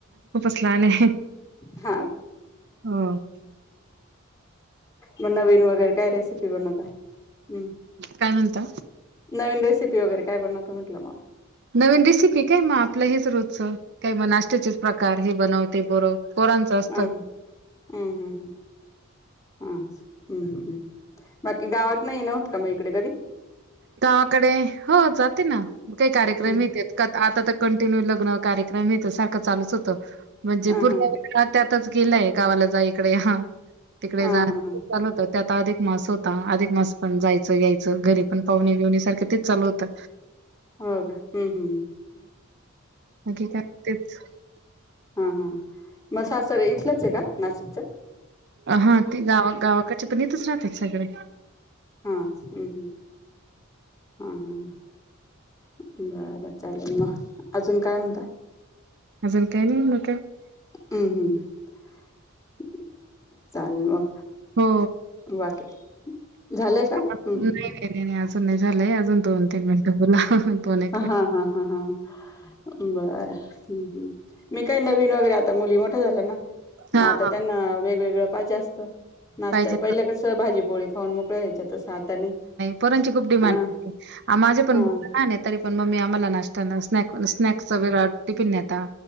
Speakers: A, on the right; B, on the left.
A: लानेहे
B: हा
A: हो
B: म नवीन वगैरे काय रेसिपी बनवता? हं
A: काय म्हणता?
B: नवीन रेसिपी वगैरे काय बनव त म्हटला मा
A: नवीन रेसिपी काय म आपलं हेच रोजचं काय म नाशत्याचेच प्रकार हे बनव ते बरव पोरांचं असत
B: ह ह हम्म हम्म हम्म हा हम््म् बाकी गावात नाही नव्हत का मग इकडे कधी
A: गावाकडे हो जाते ना काही कार्यक्रम
B: हम्म
A: येते आता तर कंटिन्यू लग्न कार्यक्रम येत सारखं चालूच होतं म्हणजे
B: हा
A: पूर्ण
B: हा
A: त्या आताच गेलाय गावाला जा इकडे हा तिकडे
B: हा
A: जा
B: हा
A: चालू
B: हा
A: होत त्यात आता अधिक मास होता, अधिक मास पण जायचं यायचं घरी पण पाहुणे-बिहुणे सारखं तेच चालू होतं.
B: हो का? हम्म हम्म हम्म.
A: बाकी काय तेच
B: हां हां मग सासर इथलंच आहे का नाशिकच?
A: अ हां ते गावा गावाकडचे पण इथेच राहतात सगळे
B: हां हम्म हम्म. हां हां हां. बरं चालेल मग अजून काय म्हणता?
A: अजून काय नाही <unintelligible>
B: हम्म हम्म. चालेल म.
A: हो
B: बाकी? झालंय का?
A: नाही
B: हम्म हम्म.
A: नाही नाही नाही नाही झालंय अजून दोन तीन मिनटं बोला. दोन एक
B: अ
A: मिनिट.
B: हां हां हां हां हां बर हम्म हम्म. मी काय नवीन वगैरे आता मुली मोठ्या झाल्या ना?
A: हा
B: म आता
A: हा
B: त्यांना वेगवेगळं पाहिजे असतं. नाश्त्या
A: पाहिजे.
B: पहिल्या कसं भाजीपोळी खाऊन मोकळ्या व्हायच्या तसं आता नाही
A: पोरांची खूप डिमांड
B: हां
A: आहे. आ माझे पण
B: हां.
A: मुलं लहान आहे तरी पण मम्मी आम्हाला नाश्ता न स्नॅक स्नॅक्सच वेगळा टिफिन न्हेता.